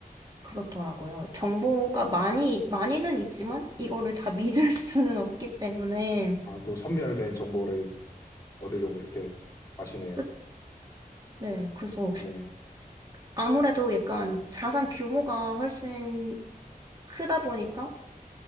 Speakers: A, on the right; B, on the left.
A: 그렇더라고요. 정보가 많이, 많이는 있지만, 이거를 다 <laughs> 믿을 수는 없기 때문에,
B: 아, 또 선별된 정보를 얻으려고 이렇게 하시네요.
A: 끝- 네, 그래서
B: 네.
A: 아무래도 약간 자산 규모가 훨씬 크다 보니까